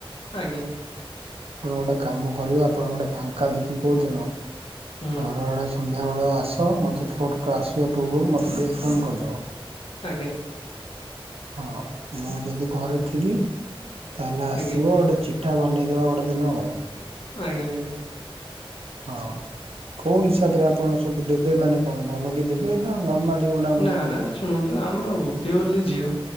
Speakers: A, on the left (about 75°); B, on the right (about 85°).
A: ଆଜ୍ଞା ।
B: ଆପଣ ଗୋଟେ କାମ କରିବେ, ଆପଣ ଗୋଟେ ଫାଙ୍କା ଦେଖି କହୁଦିନ,
A: ହୁଁ
B: ଘର ଆଡେ ଆ ସନ୍ଧ୍ୟାବେଳେ ଆସ, ମୋତେ ଫୋନ୍ ଆସିବା ପୂର୍ବରୁ ମୋତେ ଟିକିେ ଫୋନ୍ କରିଦେବ ।
A: ଆଜ୍ଞା ।
B: ହଁ, ମୁଁ ଯଦି ଘରେ ଥିବି, ତାହେଲେ ଆସିବ
A: ଆଜ୍ଞା
B: ଗୋଟେ ଚି ମିିଠା ବନେଇଦେବା ଗୋଟେ ଦିନ ଆଉ
A: ଆଜ୍ଞା ଆଜ୍ଞା ।
B: ହଁ କୋଉ ହିସାବ ରେ ଆପଣ ସବୁ ଦେବେ, ମାନେ- କଣ ଭଲ କି ଦେବେ ନା ନର୍ମାଲି ଗୋଟା ମାନେ
A: ନା ନା ଶୁଣନ୍ତୁ ଆମର ଗୋଟିଏ ବୋଲି ଝିଅ,